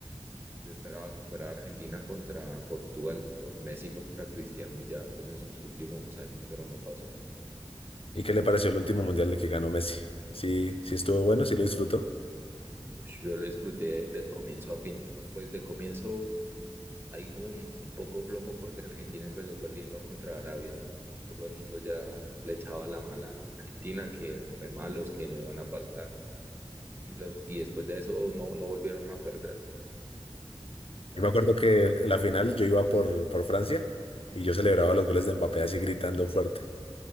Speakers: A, on the right; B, on the left.
A: yo esperaba que fuera Argentina contra Portugal, por Messi contra Cristiano y ya pues en sus últimos años, pero no pasó.
B: ¿Y qué le pareció el último mundial de que ganó Messi? Sí, sí estuvo bueno, sí lo disfrutó.
A: Ush, yo lo disfruté de comienzo a fin. Pues de comienzo ahí como un, un poco flojo porque Argentina empezó perdiendo contra Arabia y todo el mundo ya le echaba la mala a Argentina, que re malos, que no iban a pasar y los y después de eso no, no volvieron a perder y ganaron.
B: Yo me acuerdo que el- la final yo iba por, por Francia y yo celebraba los goles de Mbappé así gritando fuerte.